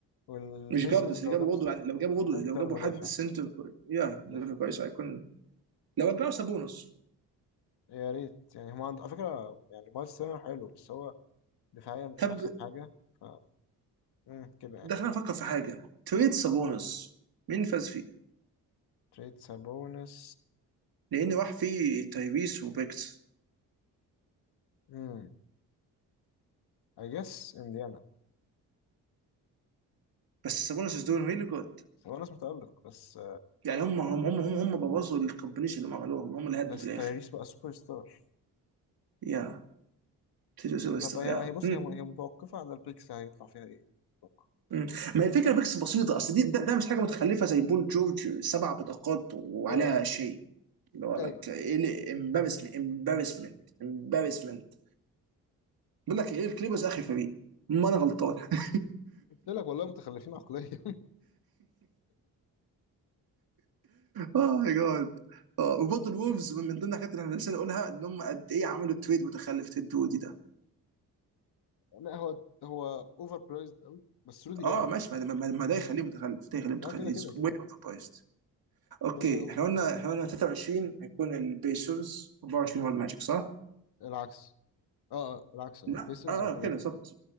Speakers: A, on the left; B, on the right.
A: والبيسرز
B: مش جارد بس
A: لو
B: لو جابوا
A: جاب
B: برضه يعني لو جابوا برضه
A: سنتر
B: لو جابوا
A: مدافع
B: حد سنتر يا
A: مدافع
B: ليفل كويس هيكون لو رجعوا سابونس
A: يا ريت يعني هم عند على فكرة يعني مايلز تيرنر حلو بس هو دفاعيا مش
B: طب
A: أحسن حاجة ف مم، كده يعني
B: ده خلينا نفكر في حاجه تريد سابونس مين فاز فيه؟
A: تريد سابونس
B: لان راح فيه تايريس وبيكس
A: امم I guess انديانا
B: بس سابونس از دوينج ريلي جود
A: سابونس متألق بس
B: يعني هم هم هم هم بوظوا الكومبينيشن اللي هم عملوهم هم اللي هدوا
A: بس
B: في الاخر
A: تايريس بقى سوبر ستار
B: يا تيجي سوبر ستار
A: طب هي
B: يا
A: هي بص هي هي متوقفة على البيكس هيطلع فيها ايه؟ أتوقع.
B: مم. ما الفكره ميكس بسيطه اصل دي ده, ده مش حاجه متخلفه زي بول جورج سبع بطاقات وعليها
A: اه آه.
B: شيء اللي هو لك
A: ايوه
B: ايه امبارسمنت امبارسمنت امبارسمنت بيقول لك ايه الكليبرز اخر فريق ما انا غلطان <laughs>
A: قلت لك والله متخلفين عقليا
B: اه ماي جاد اه وبرضه الولفز من ضمن الحاجات اللي احنا لسه نقولها ان هم قد ايه عملوا تريد متخلف تيد دودي ده
A: <laughs> لا هو هو اوفر برايزد قوي بس رودي جامد
B: اه ماشي
A: يعني في
B: ما ده
A: الآخر.
B: ما ده ما ده يخليه متخلف ده يخليه متخلف
A: اه كده كده كده
B: واي
A: كده
B: اوفر برايسد اوكي
A: كده كده اوفر
B: احنا قلنا
A: برايزد
B: احنا قلنا 23 هيكون البيسرز 24 هو الماجيك صح؟
A: العكس اه اه العكس اه
B: لا
A: بيسرز
B: اه
A: وبعد كده
B: آه، كده
A: الماجيك
B: بالظبط